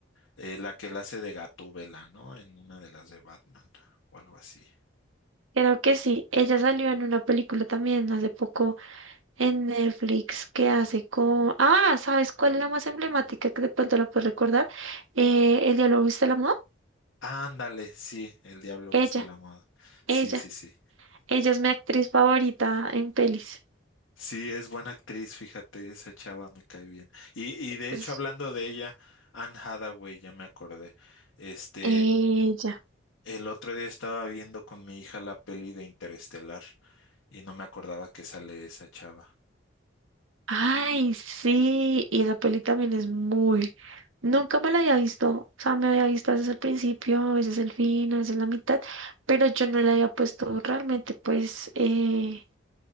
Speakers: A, on the left; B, on the right.
A: eh, la que la hace de Gatúbela, ¿no? En una de las de Batman o algo así.
B: Creo que sí. Ella salió en una película también hace poco en Netflix que hace con... Ah, ¿sabes cuál es la más emblemática que de pronto la puedes recordar? Eh, El diálogo viste la moda.
A: Ándale, sí, El Diablo
B: Ella,
A: Viste a la Moda.
B: ella.
A: Sí, sí, sí.
B: Ella es mi actriz favorita en pelis.
A: Sí, es buena actriz, fíjate, esa chava me cae bien. Y, y de hecho,
B: Es
A: hablando de ella, Anne Hathaway, ya me acordé. Este,
B: ella.
A: el otro día estaba viendo con mi hija la peli de Interestelar y no me acordaba que sale esa chava.
B: Ay, sí, y esa peli también es muy... Nunca me la había visto, o sea, me había visto a veces el principio, a veces el fin, a veces la mitad, pero yo no le había puesto realmente, pues, eh,